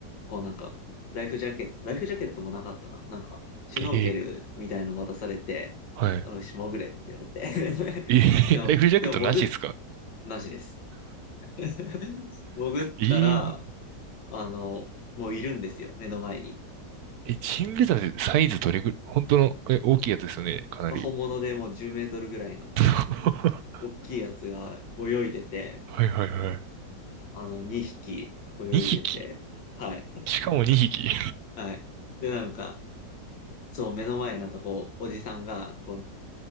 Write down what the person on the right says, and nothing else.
ええはい。
えー、
<laughs> ライフジャケットなしですか
えー、
え、チンベザメってサイズどれぐらい、本当の、え、大きいやつですよね、かなり。
<laughs> は
いはいは
い。2匹。
しかも2匹。